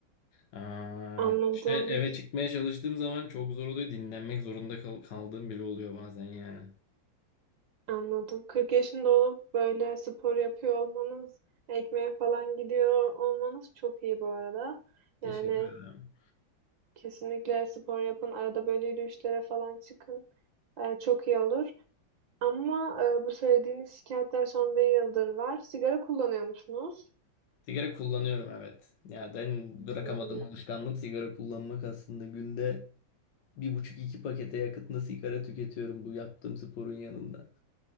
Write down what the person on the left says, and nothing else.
Aa,
işte eve çıkmaya çalıştığım zaman çok zor oluyor. Dinlenmek zorunda kal- kaldığım bile oluyor bazen yani.
Teşekkür
ederim.
Sigara kullanıyorum evet. Ya ben bırakamadığım
alışkanlığım sigara kullanmak aslında günde bir buçuk iki pakete yakıtında sigara tüketiyorum bu yaptığım sporun yanında.